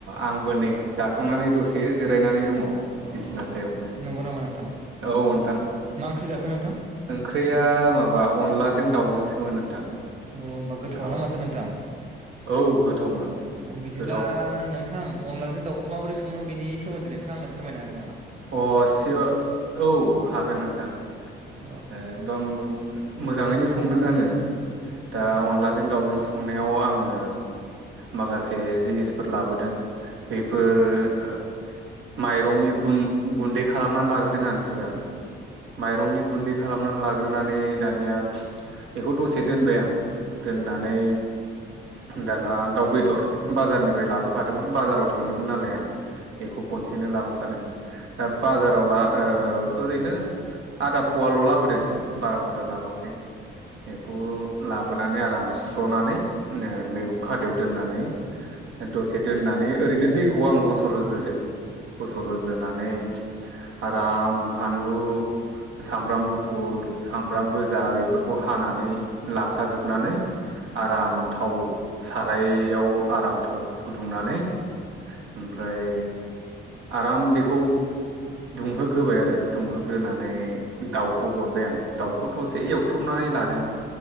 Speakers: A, on the right; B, on the right.
A: आंबो नै जाखांनानै दसे जिरायनानै दङ
B: आं अ
A: बिसना सायावनो
B: नंगौ नामा नोंथां
A: औ नोंथां
B: मा ओंख्रि जाखो नोंथां
A: ओंख्रिया माबा अनलाजों दाउजोंसोमोन नोंथां।
B: अ होमबा गोथावआनो
A: औ
B: माथो नोंथां
A: औ गोथावमोन
B: बिदिब्ला
A: गोथाव
B: नोंथां अनलाजों दाउखौ माबोरै सङो बेनि सोमोन्दै नोंथाङा आंनो फोरमायनो हागोन नामा?
A: अ सिय औ हागोन नोंथां
B: अ
A: एकदम मोजाङैनो संदों आङो।
B: औ
A: दा अनलाजों दाउजों संनायाव आङो माखासे जिनिसफोर लाबोदों बेफोर ओ माइरंनि गुन। गुन्दै खालामना लाग्रोदों आं सि सिगां माइरंनि गुन्दै खालामनान लाग्रोनानै दानिया इखौ दसे दोनबाय आं दोननानै दाना दाउ बेदर बाजारनिफ्राय लाबोखादोंमोन बाजाराव थांदोंमोन नालाय आं इखौ खनसेनो लाबोखादों बाजाराव ला ओ। ओरैनो आदा फवाल' लाबोदों बारा बुरजा लाबोआखै इखौ लाबोनानै आराम। सुस्र'नानै <unintelligible> मैगं खादायाव दोननानै दसे दोननानै ओरैनो दैखौ आं गसर होग्रोदों गसर होग्रोनानै। आराम फानलु। सामब्राम गुफुर सामब्राम गोजा बेफोरखौ हानानै लाखाजोबनानै आराम थाव सारायाव आराम थाव फुदुंनानै ओमफ्राय आराम बेखौ। दुंहोग्रोबाय आरो दुं दुंहोग्रोनानै दाउखौ हरबाय आं दाउखौ दसे एवथ्रुमनानै लादों